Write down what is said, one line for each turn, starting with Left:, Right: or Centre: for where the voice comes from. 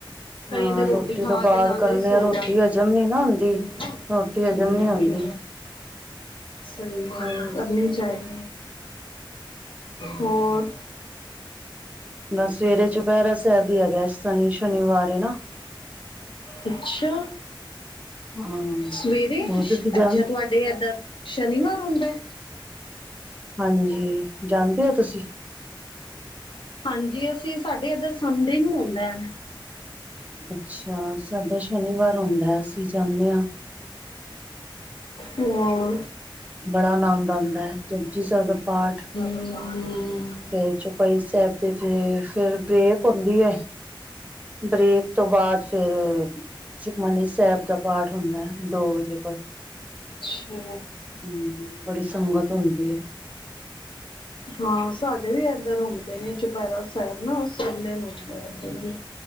Left: ਕਈ
Right: ਹਾਂ
Left: ਤੇ ਰੋਟੀ ਖਾ
Right: ਤੋਂ ਬਾਅਦ
Left: ਕੇ ਨਾਲੇ
Right: ਕਰਨੇ
Left: ਈ ਸੋ
Right: ਆ ਰੋਟੀ
Left: ਜਾਂਦੇ
Right: ਹਜ਼ਮ
Left: ਨੇ
Right: ਨੀ ਨਾ ਹੁੰਦੀ
Left: ਹਮ।
Right: ਰੋਟੀ ਹਜ਼ਮ
Left: ਹਮ,
Right: ਨੀ ਹੁੰਦੀ
Left: ਸਹੀ ਗਲ
Right: ਹਮ
Left: ਕਰਨੀ ਚਾਹੀ ਹੋਰ।
Right: ਬਸ ਸਵੇਰੇ ਚੁਪੈਰਾ ਸੈਬ ਈ ਹੈਗਾ ਸਨੀ ਸ਼ਨੀਵਾਰ ਏ ਨਾ।
Left: ਅੱਛਾ,
Right: ਹਾਂ
Left: ਸਵੇਰੇ
Right: ਹੋਰ ਤੁਸੀਂ ਜਾਣ
Left: ਅੱਛਾ ਤੁਆ ਤੇ ਏਦਾ ਸ਼ਨੀਵਾਰ ਹੁੰਂਦੈ।
Right: ਹਾਂਜੀ ਜਾਂਦੇ ਓ ਤੁਸੀਂ।
Left: ਹਾਂਜੀ ਅਸੀਂ ਸਾਡੇ ਐਧਰ ਸੰਡੇ ਨੂੰ ਹੁੰਦੈ।
Right: ਅੱਛਾ ਸਾਡੇ ਸ਼ਨੀਵਾਰ ਹੁੰਦੈ ਅਸੀਂ ਜਾਂਨੇ ਆਂ।
Left: ਹੋਰ।
Right: ਬੜਾ ਆਨੰਦ ਆਂਦੈ ਜਪ ਜੀ ਸਾਬ ਦਾ ਪਾਠ।
Left: <inaudible>
Right: ਫਿਰ ਚੌਪਈ ਸੈਬ ਦੇ ਫੇ ਫੇਰ ਬ੍ਰੇਕ ਹੋਂਦੀ ਐ। ਬਰੇਕ ਤੋਂ ਬਾਅਦ ਫਿਰ। ਸੁਕਮਨੀ ਸੈਬ ਦਾ ਪਾਠ ਹੁੰਦੈ ਦੋ ਵਜੇ ਬਾ
Left: ਛਾ।
Right: ਹੁੰ, ਬੜੀ ਸੰਗਤ ਹੁੰਦੀ ਏ।
Left: ਹਾਂ ਸਾਡੇ ਵੀ ਏਧਰ ਹੁੰਦੇ ਨੇ ਚੁਪੈਰਾ ਸੈਬ ਨਾ ਸੰਡੇ ਨੂੰ ਐਦਰ ਵੀ।